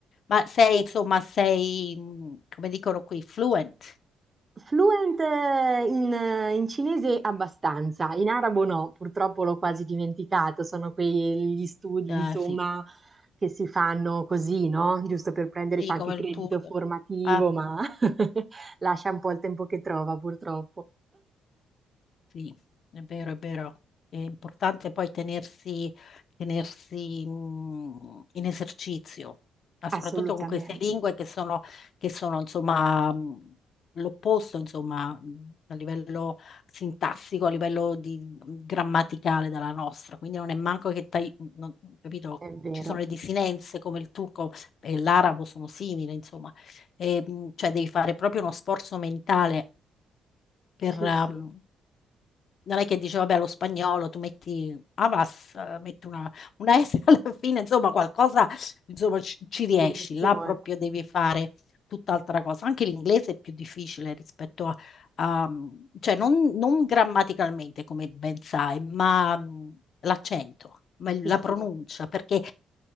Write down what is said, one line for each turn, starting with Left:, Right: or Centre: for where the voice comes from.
Left: ma sei, insomma, sei, mh, come dicono qui, fluent.
Right: Fluent eh, in, eh, in cinese abbastanza, in arabo no, purtroppo l'ho quasi dimenticato, sono quegli studi,
Left: Eh,
Right: insomma,
Left: sì,
Right: che si fanno così, no? Giusto per prendere
Left: sì,
Right: qualche
Left: come
Right: credito
Left: il turco.
Right: formativo,
Left: Ah.
Right: ma <laughs> lascia un po' il tempo che trova, purtroppo.
Left: Sì, è vero, è vero. È importante poi tenersi, tenersi, mh, in esercizio, ma soprattutto
Right: Assolutamente,
Left: con queste lingue che sono, che sono, insomma, mh, l'opposto, insomma, mh, a livello sintassico, a livello di- grammaticale della nostra. Quindi non è manco che, tai- non- capito,
Right: è vero.
Left: ci sono le desinenze come il turco e l'arabo sono simili, insomma. E, mh, cioè devi fare proprio uno sforzo mentale per,
Right: Sì,
Left: mhmm,
Right: sì,
Left: non è che dice, vabbè, lo spagnolo, tu metti Avas, eh, metti una, una S <laughs> alla fine, insomma, qualcosa, insomma, ci, ci riesci,
Right: viene
Left: là
Right: fuori.
Left: proprio devi fare tutt'altra cosa. Anche l'inglese è più difficile rispetto a, a- mm, cioè non, non grammaticalmente, come ben sai, ma mh, l'accento, ma il-
Right: Sì,
Left: la
Right: sì.
Left: pronuncia, perché